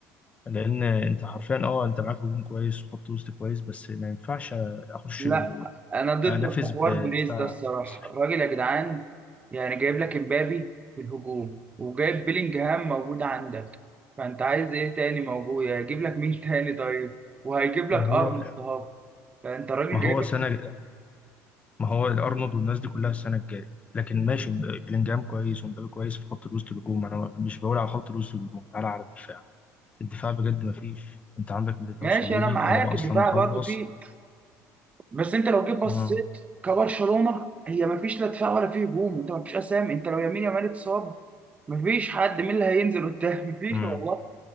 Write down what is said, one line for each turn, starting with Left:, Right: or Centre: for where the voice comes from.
Left: لأن أنت حرفيا أه أنت معاك هجوم كويس وخط وسط كويس بس ما ينفعش أخش
Right: لا انا ضدك
Left: أنافس
Right: في حوار
Left: بدفاع
Right: بريز ده الصراحه
Left: صفر.
Right: الراجل يا جدعان يعني جايب لك امبابي في الهجوم وجايب بيلينجهام موجود عندك فانت عايز ايه تاني موجود يعني هيجيب لك مين <laughs> تاني طيب وهيجيب لك
Left: ما هو
Right: ارنولد اهو فانت الراجل
Left: ما
Right: جايب
Left: هو
Right: لك
Left: سنة ما هو الارنولد والناس دي كلها السنه الجايه لكن ماشي ب- بلينجهام كويس ومبابي كويس في خط الوسط الهجوم انا مش بقول على خط الوسط الهجوم تعالى على الدفاع الدفاع بجد ما فيش انت عندك ميليتاو
Right: ماشي
Left: وصليبي
Right: انا معاك
Left: انا بقى اصلا
Right: الدفاع
Left: مخلص
Right: برضو فيه بس انت لو جيت بصيت
Left: اه
Right: كبرشلونه هي ما فيش لا دفاع ولا فيه هجوم انت ما فيش اسامي انت لو يمين يامال اتصاب ما فيش حد مين اللي هينزل قدام <laughs> ما فيش
Left: امم
Right: والله